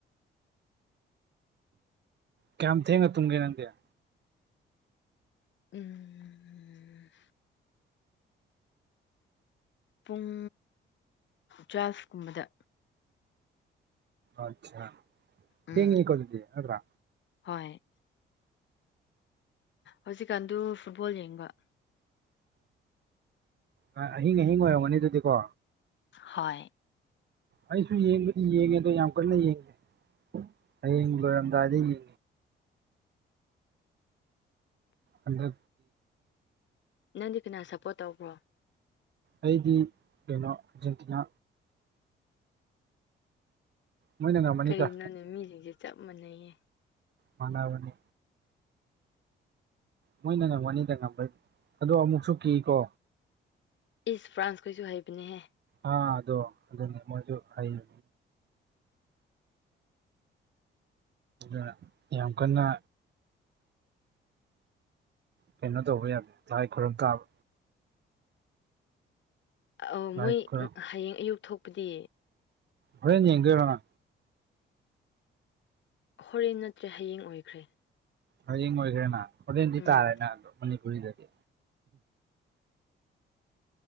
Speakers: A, on the right; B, on the left.
A: ꯀꯌꯥꯝ ꯊꯦꯡꯒ ꯇꯨꯨꯡꯒꯦ ꯅꯗꯌꯥ
B: ꯎꯝ ꯄꯨꯡ ꯖ꯭ꯋꯥꯐꯀꯨꯝꯕꯗ
A: ꯑꯆꯥ
B: ꯎꯝ
A: ꯌꯦ ꯍ ꯀꯂꯗꯦ ꯑꯗꯨꯗ꯭ꯔꯥ
B: ꯍꯣꯏ ꯍꯧꯖꯤꯛꯀꯥꯟꯗꯨ ꯐꯨꯠꯕꯣꯜ ꯌꯦꯡꯕ
A: ꯑꯣ ꯑꯍꯤꯡ ꯑꯍꯤꯡ ꯑꯣꯏꯔꯝꯒꯅꯤ ꯑꯗꯨꯗꯤꯀꯣ
B: ꯍꯣꯏ
A: ꯑꯩꯁꯨ ꯌꯦꯡꯉꯦꯗꯣ ꯌꯥꯝ ꯀꯟꯅ ꯌꯦꯡꯉꯦ ꯍꯌꯦꯡ ꯂꯣꯏꯔꯝꯗꯥꯏꯗ ꯌꯦꯡꯉꯤ ꯑꯟꯗꯦ
B: ꯅꯪꯗꯤ ꯀꯅꯥ ꯁꯞꯄꯣꯔꯠ ꯇꯧꯕ꯭ꯔꯣ
A: ꯑꯩꯗꯤ ꯀꯩꯅꯣ ꯑꯔꯖꯦꯟꯇꯤꯅꯥ ꯃꯣꯏꯅ ꯉꯝꯃꯅꯤꯗ
B: ꯀꯔꯤꯅꯣꯅꯦ ꯃꯤꯁꯤꯡꯁꯦ ꯆꯞ ꯃꯥꯟꯅꯩꯌꯦ
A: ꯃꯅꯥꯕꯅꯤ ꯃꯣꯏꯅ ꯉꯝꯃꯅꯤꯗ ꯉꯝꯕꯩ ꯑꯗꯣ ꯑꯃꯨꯛꯁꯨ ꯀꯤꯀꯣ
B: ꯏꯁ ꯐ꯭ꯔꯥꯟꯁꯈꯩꯁꯨ ꯍꯥꯏꯕꯅꯦꯍꯦ
A: ꯑ ꯑꯗꯣ ꯑꯗꯨꯗꯤ ꯃꯖ ꯍꯥꯏꯌꯨ ꯑ ꯌꯥꯝ ꯀꯟꯅ ꯀꯩꯅꯣ ꯇꯧꯕ ꯌꯥꯅꯤꯦ ꯂꯥꯏ ꯈꯨꯔꯨꯝ ꯇꯥꯕ
B: ꯑ
A: ꯂꯥꯏ
B: ꯃꯣꯏ
A: ꯈꯨꯔꯝ
B: ꯍꯌꯦꯡ ꯑꯌꯨꯛ ꯊꯣꯛꯄꯗꯤ
A: ꯑ ꯌꯦ ꯀꯦꯅꯥ
B: ꯍꯣꯔꯦꯟ ꯅꯠꯇ꯭ꯔꯦ ꯍꯌꯦꯡ ꯑꯣꯏꯈ꯭ꯔꯦ
A: ꯍꯌꯦꯡ ꯑꯣꯏꯒꯦꯔꯦ ꯅ ꯍꯣꯔꯦꯟꯗꯤ
B: ꯎꯝ
A: ꯇꯥꯔꯦ ꯅꯗꯣ ꯃꯅꯤꯄꯨꯔꯤꯗꯗꯤ